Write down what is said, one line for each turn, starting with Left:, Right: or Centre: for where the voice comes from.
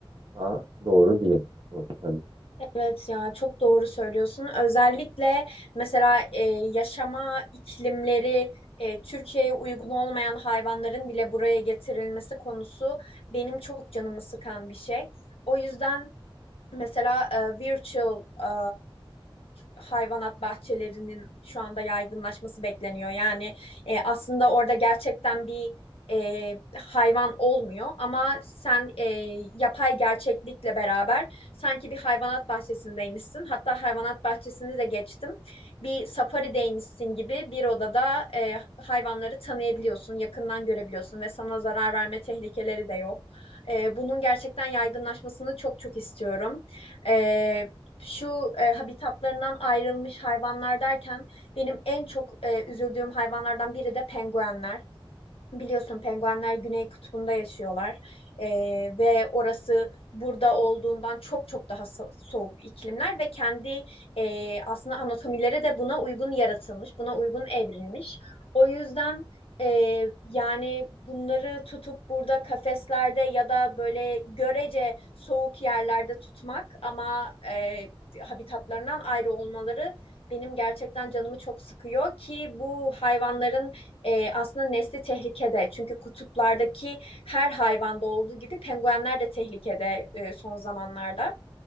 Right: da doğru değil bu tabii. ki.
Left: Evet ya çok doğru söylüyorsun. Özellikle mesela e, yaşama iklimleri e, Türkiye'ye uygun olmayan hayvanların bile buraya getirilmesi konusu benim çok canımı sıkan bir şey. O yüzden Mesela e, virtual e, hayvanat bahçelerinin şu anda yaygınlaşması bekleniyor. Yani e, aslında orada gerçekten bir e, hayvan olmuyor ama sen e, yapay gerçeklikle beraber sanki bir hayvanat bahçesindeymişsin. Hatta hayvanat bahçesini de geçtim. Bir safarideymişsin gibi bir odada e, hayvanları tanıyabiliyorsun, yakından görebiliyorsun ve sana zarar verme tehlikeleri de yok. E, bunun gerçekten yaygınlaşmasını çok çok istiyorum e, şu e, habitatlarından ayrılmış hayvanlar derken benim en çok e, üzüldüğüm hayvanlardan biri de penguenler. Biliyorsun penguenler Güney Kutbu'nda yaşıyorlar Ee, ve orası burada olduğundan çok çok daha so- soğuk iklimler ve kendi e, aslında anatomileri de buna uygun yaratılmış, buna uygun evrilmiş. O yüzden e, yani bunları tutup burada kafeslerde ya da böyle görece soğuk yerlerde tutmak ama e, habitatlarından ayrı olmaları benim gerçekten canımı çok sıkıyor ki bu hayvanların e, aslında nesli tehlikede. Çünkü kutuplardaki her hayvanda olduğu gibi penguenler de tehlikede e, son zamanlarda.